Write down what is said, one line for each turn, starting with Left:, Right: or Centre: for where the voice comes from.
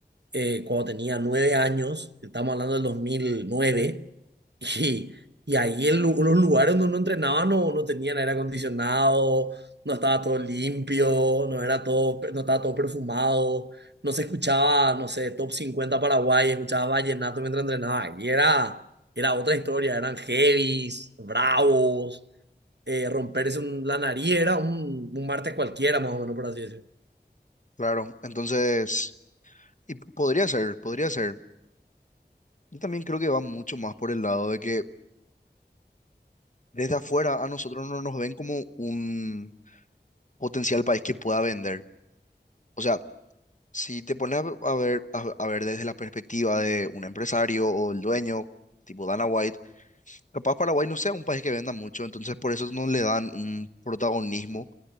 Right: eh, cuando tenía nueve años, estamos hablando del 2009 <laughs> y, y ahí en los lugares donde uno entrenaba no, no tenían aire acondicionado, no estaba todo limpio, no, era todo, no estaba todo perfumado, no se escuchaba, no sé, top 50 Paraguay, escuchaba vallenato mientras entrenaba, y era, era otra historia, eran heavies, bravos. eh, romperse un- la nariz era un, un martes cualquiera, más o menos, por así decirlo.
Left: Claro, entonces, y podría ser, podría ser. Yo también creo que va mucho más por el lado de que desde afuera a nosotros no nos ven como un potencial país que pueda vender. O sea, si te pones a a ver, a, a ver desde la perspectiva de un empresario o el dueño, tipo Dana White, capaz Paraguay no sea un país que venda mucho, entonces por eso no le dan un protagonismo